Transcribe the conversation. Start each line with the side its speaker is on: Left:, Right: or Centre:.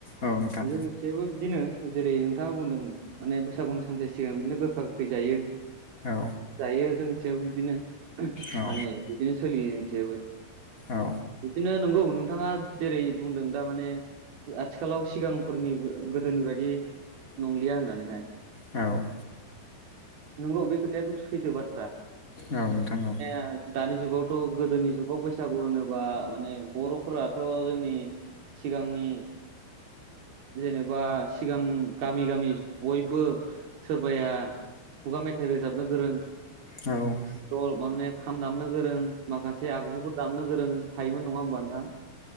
Left: औ नोंथां
Right: जोंनिथिबो बिदिनो जेरै नोंथाङा बुंदों माने बैसागु सानसे सिगां बिदिनो गोखा गोखै जायो
Left: औ
Right: जायो जोंसेयाव बिदिनो
Left: औ
Right: माने बिदिनो सोलियो जोंसेबो
Left: औ
Right: बिदिनो नंगौ नोंथाङा जेरै बुंदों दा माने आथिखालाव सिगांफोरनि गोदोनि बायदि नंलिया होननानैहाय
Left: औ
Right: नोंगौ बे खोथाय़ा सैथ बा
Left: औ नोंथां औ
Right: ओ दानि जुगावथ' गोदोनि जुगाव बैसागु होनोबा माने बर'फोराथ' जोंनि सिगांनि जेनेबा सिगां गामि गामि बयबो सोरबाया खुगा मेथाइ रोजाबनो गोरों
Left: औ
Right: दल माने खाम दामनो गोरों माखासे आगजुफोर दामनो गोरों थायोमोन नङा होमबा नोंथां